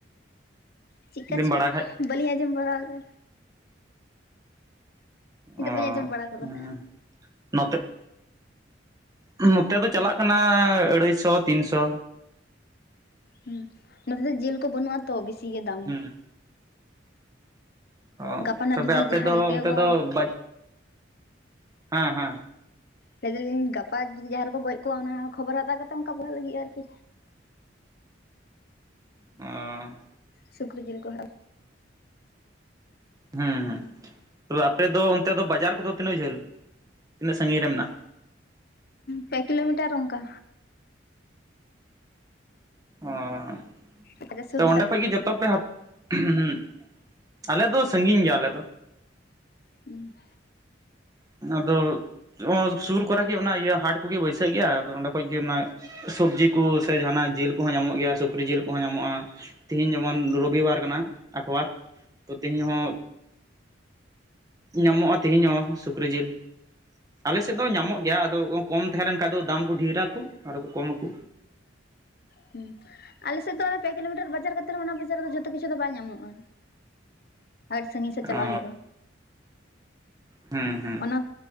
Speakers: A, on the left (about 55°); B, on the right (about 20°).
A: ᱪᱮᱫᱠᱟᱪᱚ
B: ᱡᱩᱫᱤᱢ ᱵᱟᱲᱟᱭ ᱠᱷᱟᱡ
A: ᱵᱟᱹᱞᱤᱧ ᱟᱸᱡᱚᱢ ᱵᱟᱲᱟ ᱠᱟᱫᱟ᱾
B: ᱚ
A: ᱫᱚ ᱵᱟᱹᱧ ᱟᱸᱡᱚᱢ ᱵᱟᱲᱟ ᱟᱠᱟᱫᱟ
B: ᱦᱩᱸ ᱱᱚᱛᱮᱜ, ᱦᱩᱸ ᱱᱚᱛᱮ ᱫᱚ ᱪᱟᱞᱟᱜ ᱠᱟᱱᱟ ᱟᱹᱲᱟᱹᱭ ᱥᱚ ᱛᱤᱱ ᱥᱚ᱾
A: ᱦᱩᱸ ᱱᱚᱛᱮ ᱫᱚ ᱡᱤᱞ ᱠᱚ ᱵᱟᱹᱱᱩᱜᱼᱟ ᱛᱚ ᱵᱮᱥᱤ ᱜᱮ ᱫᱟᱢ᱾
B: ᱦᱩᱸ ᱚ,
A: ᱜᱟᱯᱟᱱᱟᱜ
B: ᱛᱚᱵᱮ
A: ᱡᱩᱫᱤ
B: ᱟᱯᱮ
A: ᱡᱟᱦᱟᱸ
B: ᱫᱚ
A: ᱨᱮᱜᱮ
B: ᱚᱱᱛᱮ
A: ᱠᱚ
B: ᱫᱚ ᱵᱟ ᱦᱮᱸ ᱦᱮᱸ᱾
A: ᱞᱟᱹᱭ ᱫᱟᱞᱤᱧ ᱜᱟᱯᱟ ᱡᱩᱫᱤ ᱡᱟᱦᱟᱸ ᱨᱮᱠᱚ ᱜᱚᱡ ᱠᱚᱜᱼᱟ ᱚᱱᱟ ᱠᱷᱚᱵᱚᱨ ᱦᱟᱛᱟᱣ ᱠᱟᱛᱮᱫ ᱚᱱᱠᱟ <unintelligible> ᱞᱟᱹᱜᱤᱫᱼᱟ ᱟᱨᱠᱤ᱾
B: ᱚᱸᱻ
A: ᱥᱩᱠᱨᱤ ᱡᱤᱞ ᱠᱚ <unintelligible>
B: ᱦᱩᱸ ᱦᱩᱸ, ᱛᱚᱵᱮ ᱟᱯᱮ ᱫᱚ ᱚᱱᱛᱮ ᱫᱚ ᱵᱟᱡᱟᱨ ᱠᱚᱫᱚ ᱛᱤᱱᱟᱹᱜ ᱡᱷᱟᱹᱞ, ᱛᱤᱱᱟᱹᱜ ᱥᱟᱺᱜᱤᱧ ᱨᱮ ᱢᱮᱱᱟᱜᱼᱟ᱾
A: ᱯᱮ ᱠᱤᱞᱳᱢᱤᱴᱟᱨ ᱚᱝᱠᱟ᱾
B: ᱚᱸ,
A: ᱯᱚᱪᱟᱥᱥᱚ
B: ᱛᱚ ᱚᱸᱰᱮ
A: ᱛᱟᱯᱮ
B: ᱠᱷᱚᱡ ᱜᱮ ᱡᱚ ᱛᱚ ᱯᱮ, <unintelligible> ᱟᱞᱮ ᱫᱚ ᱥᱟᱺᱜᱤᱧ ᱜᱮᱭᱟᱞᱮ ᱟᱞᱮ ᱫᱚ᱾
A: ᱦᱩᱸ
B: ᱦᱩᱸ ᱟᱫᱚ <unintelligible> ᱥᱩᱨ ᱠᱚᱨᱮ ᱜᱮ ᱚᱱᱟ ᱤᱭᱟᱹ ᱦᱟᱴ ᱠᱚᱜᱮ ᱵᱟᱹᱭᱥᱟᱹᱜ ᱜᱮᱭᱟ ᱟᱫᱚ ᱚᱸᱰᱮ ᱠᱷᱚᱡ ᱜᱮ ᱚᱱᱟ ᱥᱚᱵᱽᱡᱤ ᱠᱚ ᱥᱮ ᱡᱟᱦᱟᱸᱱᱟᱜ ᱡᱤᱞ ᱠᱚᱦᱚᱸ ᱧᱟᱢᱚᱜ ᱜᱮᱭᱟ ᱥᱩᱠᱨᱤ ᱡᱤᱞ ᱠᱚᱦᱚᱸ ᱧᱟᱢᱚᱜᱼᱟ᱾ ᱛᱤᱦᱤᱧ ᱡᱮᱢᱚᱱ ᱨᱚᱵᱤ ᱵᱟᱨ ᱠᱟᱱᱟ᱾ ᱟᱴᱷᱣᱟᱨ, ᱛᱚ ᱛᱮᱦᱮᱧ ᱦᱚᱸ ᱧᱟᱢᱚᱜᱼᱟ᱾ ᱛᱮᱦᱮᱧ ᱦᱚᱸ ᱥᱩᱠᱨᱤ ᱡᱤᱞ ᱟᱞᱮ ᱥᱮᱫ ᱫᱚ ᱧᱟᱢᱚᱜ ᱜᱮᱭᱟ ᱟᱫᱚ ᱠᱚᱢ ᱛᱟᱦᱮᱸ ᱞᱮᱱ ᱠᱷᱟᱱ ᱫᱚ ᱫᱟᱢ ᱠᱚ ᱰᱷᱮᱨᱟᱠᱚ ᱟᱨᱦᱚᱸ ᱠᱚ ᱠᱚᱢ ᱟᱠᱚ᱾
A: ᱦᱩᱸ, ᱟᱞᱮ ᱥᱮᱫ ᱫᱚ ᱚᱱᱟ ᱯᱮ ᱠᱤᱞᱳᱢᱤᱴᱟᱨ ᱵᱟᱡᱟᱨ ᱛᱟᱣ ᱨᱮᱦᱚᱸ ᱚᱱᱟ ᱵᱟᱡᱟᱨ ᱨᱮᱫᱚ ᱡᱷᱚᱛᱚ ᱠᱤᱪᱷᱩ ᱫᱚ ᱵᱟᱭ ᱧᱟᱢᱚᱜᱼᱟ᱾ ᱟᱹᱰᱤ ᱥᱟᱺᱜᱤᱧ
B: ᱚ
A: ᱥᱮᱫ ᱪᱟᱞᱟᱜ ᱦᱩᱭᱩᱜᱼᱟ᱾
B: ᱦᱩᱸ ᱦᱩᱸ
A: ᱚᱱᱟ,